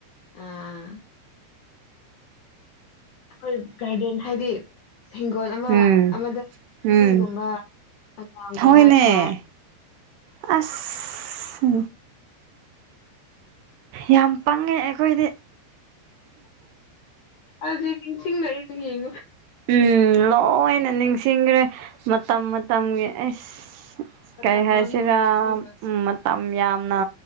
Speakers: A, on the left (about 75°); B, on the right (about 75°).
A: ꯑꯥ ꯑꯈꯣꯏ ꯒꯥꯔꯗꯦꯟ ꯍꯥꯏꯗꯤ ꯍꯤꯡꯒꯣꯜ ꯑꯃ
B: ꯎꯝ
A: ꯑꯃꯗ
B: ꯎꯝ
A: ꯀꯣꯕꯤꯒꯨꯝꯕ ꯍꯪꯒꯥꯝꯒꯨꯝꯕ
B: ꯍꯣꯏꯅꯦ
A: ꯊꯥꯔ
B: ꯑꯁ ꯌꯥꯝ ꯄꯪꯉꯦ ꯑꯩꯈꯣꯏꯗꯤ꯫
A: ꯑꯗꯨ ꯅꯤꯡꯁꯤꯡꯂꯛꯏ ꯑꯩ ꯑꯗꯨ ꯌꯦꯡꯉꯣ꯫
B: ꯎꯝ ꯂꯣꯏꯅ ꯅꯤꯡꯁꯤꯡꯈ꯭ꯔꯦ ꯃꯇꯝ ꯃꯇꯝꯒꯤ ꯑꯁ꯫
A: ꯃꯇꯝ
B: ꯀꯩ ꯍꯥꯏꯁꯤꯔ
A: ꯃꯥꯡꯍꯟꯕ ꯑꯁꯦꯡꯕ
B: ꯃꯇꯝ ꯌꯥꯝ ꯅ